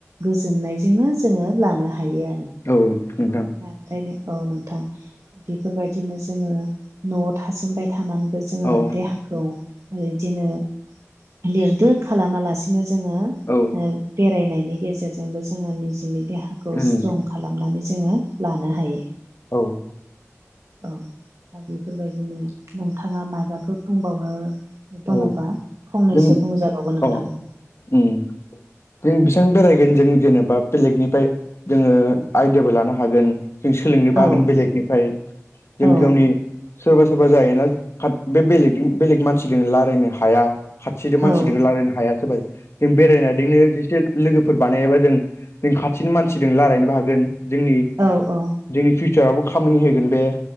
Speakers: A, on the right (about 75°); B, on the left (about 55°).
A: गोजोननायजोंनो जोङो लानो हायो आरो
B: औ नोंथां
A: ओंखायनो औ नोंथां बेफोरबायदिनो जोङो न'आव थासोमबाय थानांगौ जोङो
B: औ
A: देहाखौ बिदिनो लिरदो खालामालासिनो जोङो
B: औ
A: ओ बेरायनायनि गेजेरजोंबो जोङो निजिनि देहाखौ
B: उम
A: स्ट्रं खालामनानै जोङो लानो हायो।
B: औ
A: औ दा बेफोरबायदिनो नोंथाङा माबाफोर बुंबावनो दङबा
B: औ
A: फंनैसो
B: जों
A: बुंजाबावगोन
B: अ
A: नोंथां।
B: उम जों बेसिबां बेरायगोन जों जेनेबा बेलेगनिफ्राय जोङो आइदियाबो लानो हागोन जों सोलोंनो बो
A: औ
B: हागोन बेलेगनि मफ्राय जों
A: औ
B: गावनि सोरबा सोरबा जायोना काट बे बेलेग बेलेग मान मानसि रायलायनो हाया। खाथि मानसिजों
A: औ
B: रायलायनो हाय सोर जों बेरायजोंनो एसे लोगोफोर बानायाबा जों जों खाथिनि मानसिजों रायलायनोबो हागोन जोंनि
A: औ औ
B: जोंनि फिउचारावबो खामानि होगोन बे